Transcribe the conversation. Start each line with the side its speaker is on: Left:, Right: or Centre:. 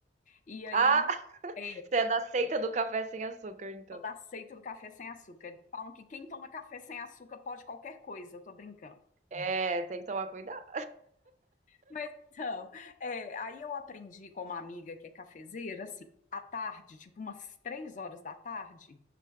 Left: E aí...
Right: Ah, Ah,
Left: é,
Right: você é da seita do café sem açúcar, então.
Left: Toda a seita do café sem açúcar. Eles Falam que quem toma café sem açúcar pode qualquer coisa, eu tô brincando.
Right: É, tem que tomar cuidado.
Left: Mas então, é, aí eu aprendi com uma amiga que é cafezeira, assim, à tarde, tipo umas três horas da tarde,